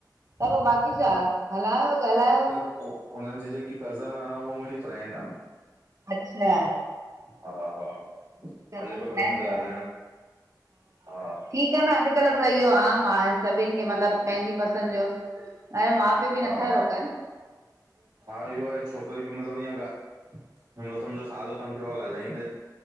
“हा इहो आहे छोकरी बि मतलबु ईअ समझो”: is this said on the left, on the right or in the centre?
Right